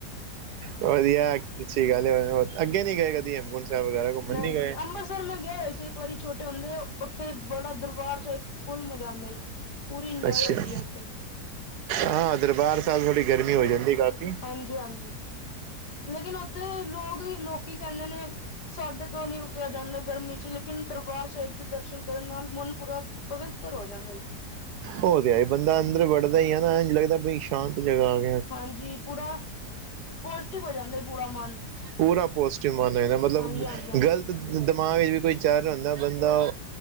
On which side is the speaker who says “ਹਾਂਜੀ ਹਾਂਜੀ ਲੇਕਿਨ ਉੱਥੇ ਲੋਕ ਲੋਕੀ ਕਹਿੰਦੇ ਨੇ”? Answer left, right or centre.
Left